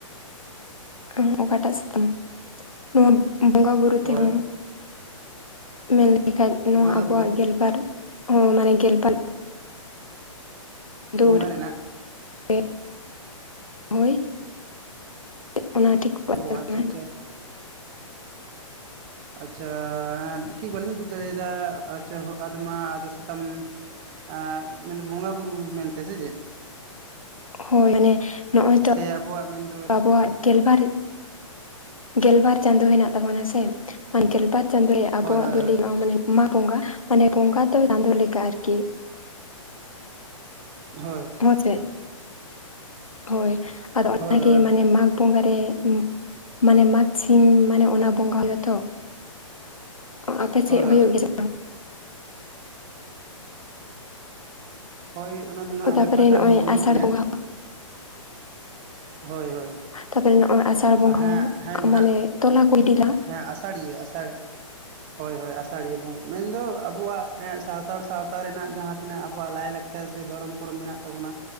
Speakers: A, on the left; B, on the right.
A: ᱚᱸ ᱚᱠᱟᱴᱟᱜ ᱥᱟᱛᱟᱢ ᱱᱚᱣᱟ ᱵᱚᱸᱜᱟ ᱵᱩᱨᱩ ᱛᱮᱦᱚᱸ,
B: ᱦᱳᱭ
A: ᱢᱮᱱᱞᱮᱠᱷᱟᱡ ᱱᱚᱣᱟ
B: ᱵᱚᱸᱜᱟ
A: ᱟᱵᱚᱣᱟᱜ
B: ᱵᱩᱨᱩ
A: ᱜᱮᱞᱵᱟᱨ ᱦᱚᱸ ᱢᱟᱱᱮ ᱜᱮᱞᱵᱟᱨ, ᱫᱩᱣᱟᱹᱨ
B: ᱵᱚᱸᱜᱟ ᱨᱮᱱᱟᱜ,
A: ᱨᱮ ᱦᱳᱭ ᱚᱱᱟ ᱴᱷᱤᱠ ᱠᱚᱜᱟ
B: ᱚ
A: ᱥᱮ
B: ᱟᱪᱪᱷᱟ
A: ᱵᱟᱝᱟ,
B: ᱟᱪᱪᱷᱟ ᱟᱪᱪᱷᱟ ᱦᱮᱸᱴᱷᱤᱠ ᱵᱟᱹᱞᱤᱧ ᱵᱩᱡ ᱫᱟᱲᱮᱭᱟᱫᱟ ᱟᱪᱪᱷᱟ ᱟᱫᱚ ᱢᱟ ᱟᱫᱚ ᱥᱟᱛᱟᱢ, ᱟᱹᱢᱮᱱᱫᱚ ᱵᱚᱸᱜᱟ ᱵᱩᱨᱩ ᱢᱮᱱᱛᱮ ᱥᱮ ᱪᱮᱫ?
A: ᱦᱳᱭ ᱢᱟᱱᱮ ᱱᱚᱜᱼᱚᱭ ᱛᱚ,
B: ᱥᱮᱟᱵᱚᱶᱟᱜ ᱢᱮᱱ,
A: ᱟᱵᱚᱣᱟᱜ ᱜᱮᱞᱵᱟᱨ ᱜᱮᱞᱵᱟᱨ ᱪᱟᱸᱫᱳ ᱦᱮᱱᱟᱜ ᱛᱟᱵᱚᱱᱟ ᱥᱮ ᱢᱟᱱᱮ ᱜᱮᱞᱵᱟᱨ, ᱪᱟᱸᱫᱳᱭᱟᱜ ᱟᱵᱚᱣᱟᱜ
B: ᱦᱳᱭ ᱦᱳᱭ
A: ᱫᱚ ᱞᱟᱹᱭ ᱜᱚᱜᱼᱟ ᱢᱟᱱᱮ ᱪᱮᱫ? ᱢᱟᱜᱽ ᱵᱚᱸᱜᱟ ᱢᱟᱱᱮ ᱵᱚᱸᱜᱟ ᱫᱚ ᱪᱟᱸᱫᱳ ᱞᱮᱠᱟ ᱟᱨᱠᱤ᱾
B: ᱦᱳᱭ
A: ᱦᱮᱸ ᱥᱮ᱾ ᱦᱳᱭ ᱟᱫᱚ ᱚᱱᱟ
B: ᱦᱳᱭ ᱦᱳᱭ
A: ᱜᱮ ᱢᱟᱱᱮ ᱢᱟᱜᱽ, ᱵᱚᱸᱜᱟᱨᱮ ᱢᱟᱱᱮ ᱢᱟᱜᱽ ᱥᱤᱢ ᱢᱟᱱᱮ ᱚᱱᱟ ᱵᱚᱸᱜᱟ ᱜᱮ ᱛᱚ᱾ ᱚ ᱟᱯᱮᱥᱮᱫ
B: ᱦᱳᱭ
A: ᱦᱩᱭᱩᱜ
B: ᱦᱳᱭ
A: ᱜᱮᱥᱮ᱾
B: ᱦᱳᱭ ᱚᱱᱟ ᱫᱚ ᱱᱟᱦᱟᱜ
A: ᱛᱟᱯᱚᱨᱮ
B: ᱟᱞᱮ ᱯᱟᱦᱴᱟ
A: ᱱᱚᱜᱼᱚᱭ
B: ᱦᱚᱸ ᱦᱩᱭᱩᱜ
A: ᱟᱥᱟᱲ
B: ᱜᱮᱭᱟ᱾
A: ᱵᱚᱸᱜᱟ
B: ᱦᱳᱭ ᱦᱳᱭ᱾
A: ᱛᱚᱵᱮ ᱱᱚᱜᱼᱚᱭ ᱟᱥᱟᱲ ᱵᱚᱸᱜᱟ
B: ᱦᱮᱸ ᱦᱮᱸ
A: ᱦᱚᱸ
B: ᱡᱟᱦᱟᱸ
A: ᱢᱟᱱᱮ ᱛᱚᱞᱟ ᱠᱚ ᱤᱫᱤᱞᱟᱦᱟ᱾
B: ᱦᱮᱸ ᱟᱥᱟᱲᱤᱭᱟᱹ ᱟᱥᱟᱲ ᱦᱳᱭ ᱦᱳᱭ ᱟᱥᱟᱲᱤᱭᱟᱹ ᱵᱩ, ᱢᱮᱱᱫᱚ ᱟᱵᱚᱣᱟᱜ ᱮᱸᱜ ᱥᱟᱱᱛᱟᱲ ᱥᱟᱶᱛᱟ ᱨᱮᱱᱟᱜ ᱡᱟᱦᱟᱸ ᱛᱤᱱᱟᱹᱜ ᱟᱵᱚᱣᱟᱜ ᱞᱟᱭ ᱞᱟᱠᱪᱟᱨ ᱥᱮ ᱫᱷᱚᱨᱚᱢ ᱠᱚᱨᱚᱢ ᱢᱮᱱᱟᱜ ᱛᱟᱵᱱᱟ᱾ ᱛᱟᱵᱚᱱᱟ